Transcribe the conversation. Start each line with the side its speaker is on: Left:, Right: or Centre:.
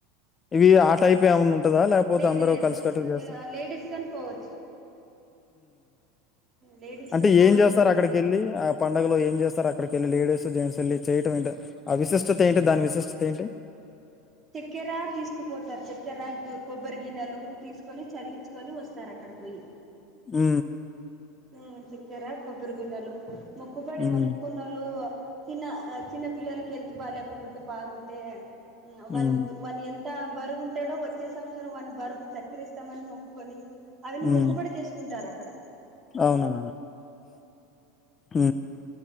Left: ఇవి ఆ టైప్ ఏ ఉంటందా లేకపోతే
Right: లేదు
Left: అందరుూ
Right: లేదు
Left: కలిసి కట్టుకు చేస్తను
Right: లేడీస్ గాని పోవచ్చు లేడీస్
Left: అంటే
Right: పోవచ్చు
Left: ఏం చేస్తారు అక్కడికి వెళ్ళి ఆ పడుగలో ఏం చేస్తారు అక్కడికి వెళ్ళి లేడీస్ జెంట్స్ వెళ్ళి చేయటం ఏంటి ఆ విశిష్టత ఏంటి దాని విశిష్టత ఏంటి
Right: చక్కెర తీసుకుపోతారు చక్కెర కొబ్బరి గిన్నెలు తీసుకొని చదివించుకొని వస్తారు అక్కడ కాడ పోయి
Left: ఉ
Right: హ చెక్కెర గొబ్బర బినలు మొక్కుబడి
Left: ఉమ్,
Right: మొక్కునలు చిన్న చిన్న పిల్లలకి హెల్త్ బాగాకుకుంటే బాగుంటే వాన్న
Left: ఉమ్,
Right: వాన్న ఎంత ఇంత బరువు ఉంటాడో వచ్చే సంవత్సరం వాని బరువు చక్కర ఇస్తామని మొక్కకొని అవిని
Left: ఉమ్.
Right: మొక్కుపడి చేసుకుంటారు అక్కడ
Left: అవునా హ